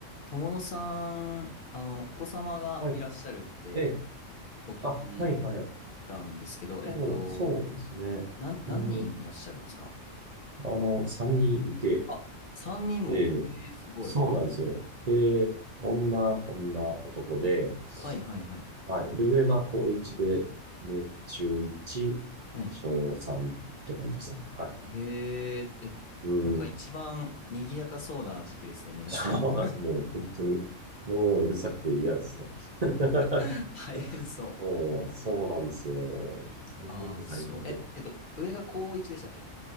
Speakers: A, on the left; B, on the right.
A: 友野さん、あの、お子様がいらっしゃるって
B: はい。で、
A: お聞き
B: あ、はいはい。
A: したんですけど、
B: そう、
A: えっと、
B: そうですね。
A: なん、何人いらっしゃるんですか
B: えーあの、3人いて、
A: あ、3人も。
B: え
A: ええすごい。
B: そうなんですよ。で、女、女、男で、
A: はいはいはい。
B: はい。で、上が高1で、で、中1、
A: はい。
B: 小3って感じですね。はい。
A: えーえ
B: うん。
A: なんか一番賑やかそうな時期ですね、
B: <laughs>
A: 皆さん。
B: そうなんです。もう、本当に、もううるさくて嫌ですね。<laughs>
A: <laughs> 大変そ
B: そう、そうなんですよ。大変で大変で。
A: う。ああ、そう、え、えっと、上が高1でしたっけ